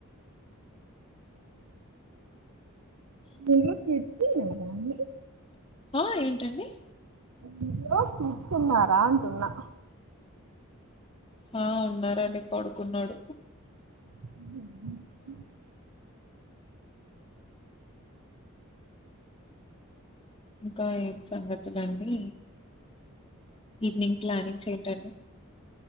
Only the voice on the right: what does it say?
మీరు కిడ్స్ తిన్నారా అండి
<unintelligible> కూర్చున్నరా అంటున్నా
హ